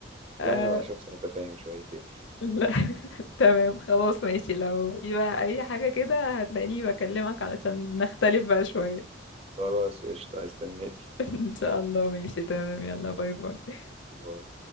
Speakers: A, on the left; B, on the right.
A: آه
B: لا انا شخص متفاهم شويتين
A: لا <laughs> تمام خلاص ماشي لو في بقى أي حاجة كده هتلاقيني بكلمك علشان نختلف بقى شوية
B: خلاص قشطه هستناك
A: <laughs> ان شاء الله ماشي تمام يلا باي باي
B: باي